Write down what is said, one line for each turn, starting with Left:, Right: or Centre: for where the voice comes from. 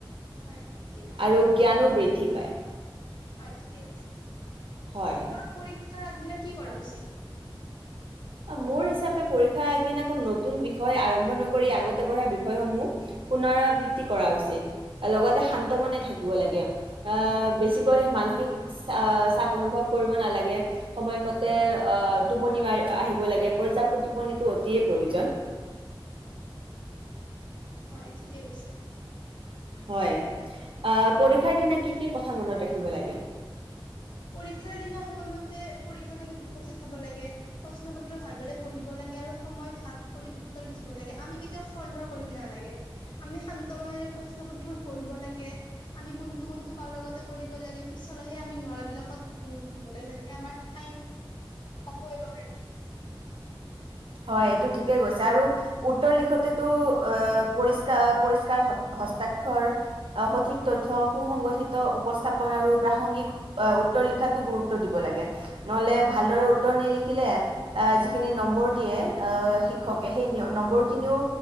Left: হয় ঠিকেই কৈছে
Right: আৰু জ্ঞানো বৃদ্ধি। পায়
Left: হয় ঠিকেই কৈছে।
Right: হয়।
Left: বা কৰি শিক্ষাৰ আগদিনা কি কৰা উচিত ।
Right: মোৰ হিচাপে পৰীক্ষা আগদিনাখন নতুন বিষয় আৰম্ভ নকৰি আগতে পঢ়া বিষয়সমূহ পুনৰাবৃত্তি কৰা উচিত লগতে শান্ত মনে থাকিব লাগে আহ বেছিকৈ মানসিক চ চাপ অনুভৱ কৰিব নালাগে সময়মতে আহ টোপনি মাৰ। আহিব লাগে পৰ্যাপ্ত টোপনিটো অতিয়ে প্ৰয়োজন।
Left: হয় ঠিকেই কৈছে ।
Right: হয় আহ পৰীক্ষাৰ দিনা কি কি কথা মনত ৰাখিব লাগে।
Left: পৰীক্ষাৰ দিনা সময়মতে পৰীক্ষা কেন্দ্ৰত উপস্থিত হব লাগে প্ৰশ্ন পত্ৰ ভালদৰে পঢ়িব লাগে আৰু সময় ভাগ কৰি উত্তৰ লিখিব লাগে আমি কেতিয়াও খৰ ধৰ কৰিব নালাগে আমি শান্ত মনেৰে প্ৰশ্ন পত্ৰখন পঢ়িব লাগে আমি কোনটো কোনটো পাৰো লগতে কৰিব লাগে । পিছলৈহে আমি নোৱাৰা মনোযোগ দিব লাগে যাতে আমাৰ টাইম হতব্যবহাৰ কৰিব লাগে।
Right: হয় এইটো ঠিকেই গৈছে আৰু উত্তৰ লিখোতেতো পৰিষ্ পৰিষ্কাৰ হস্তাক্ষৰ সঠিক তথ্য সুসংগঠিত উপস্থাপন আৰু প্ৰাসংগিক উত্তৰ লিখাতো গুৰুত্ব দিব লাগে নহলে ভালদৰে উত্তৰ নিলিখিলে আহ যিখিনি নম্বৰ দিয়ে আহ শিক্ষকে সেই নম্বৰ খিনিও